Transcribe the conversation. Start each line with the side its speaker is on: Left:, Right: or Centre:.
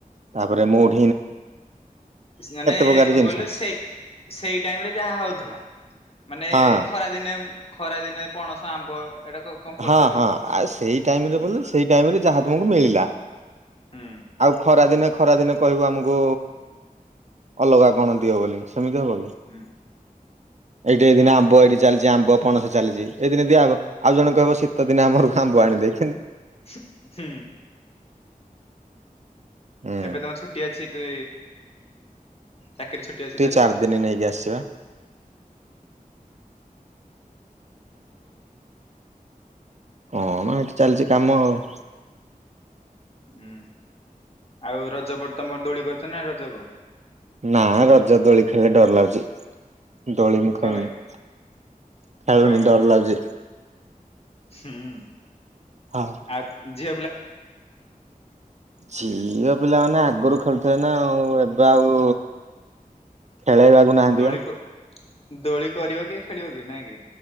Right: ତାପରେ ମୁଢ୍
Left: ମାନେ
Right: ପ୍ରକାର
Left: କଣ
Right: ଜିନିଷ
Left: କହିଲୁ ସେଇ ସେଇ ଟାଇମରେ ଯାହା ହଉଥିଲା। ମାନେ
Right: ହଁ
Left: ଖରାଦିନେମ୍ ଖରାଦିନେ ପଣସ ଆମ୍ବ। ଏଇଟା କମ୍ପଲସରୀ।
Right: ହଁ ହଁ ଆଉ ସେଇ ଟାଇମରେ
Left: ହୁଁ
Right: ବୋଲେ ସେଇ ଟାଇମରେ ଯାହା ତମକୁ ମିଳିଲା
Left: ହୁଁ
Right: ଆଉ ଖରାଦିନେ ଖରାଦିନେ କହିବୁ ଆମକୁ ଅଲଗା କଣ ଦିଅ ବୋଲି ସେମିତି ହବ କି?
Left: ହୁଁ
Right: ଏଇଠି ଏ ଦିନେ
Left: ଆ
Right: ଆମ୍ବ ।ଏଇଠି ଚାଲିଛି ଆମ୍ବ ପଣସ ଚାଲିଛି ଏଇ ଦିନେ ଦିଆହବ। ଆଉ ଜଣକହିବ ଶୀତଦିନେ ଆମଘରକୁ ଆମ୍ବ ଆଣି ଦେ।
Left: ହୁଁ।
Right: ହୁଁ।
Left: ଏବେ ତମର ଛୁଟି ଅଛି। ସେ ଚାକିରିୀ ଛୁଟି ଅଛି ତାହେଲେ?
Right: ଚାରି ଦିନ ନେଇକି ଆସିବା କଣ ଏଇଠି ଚାଲିଛି କାମ ଆଉ?
Left: ହୁଁ ଆଉ ରଜ ପ
Right: ନା ରଜ ଦୋଳି ଖେଳିଲେ ଡର ଲାଗୁଛି। ଦୋଳି ମୁ ଖେଳୁନି
Left: କମେ
Right: ଖେଳୁନି
Left: କମେ
Right: ଡର ଲାଗୁଛି।
Left: ହୁଁ।
Right: ହଁ
Left: ଆ ଝି
Right: ଝିଅ ପିଲାମାନେ ଆଗରୁ ଖେଳୁଥିଲେ ନା ଆଉ ଏବେ ଆଉ ଖେଳେଇବାକୁ ନାହାଁନ୍ତି
Left: ଦୋଳି
Right: ବା।
Left: କ ଦୋଳି କରିବ କି ଖେଳିବ କି ନାଇଁ କି।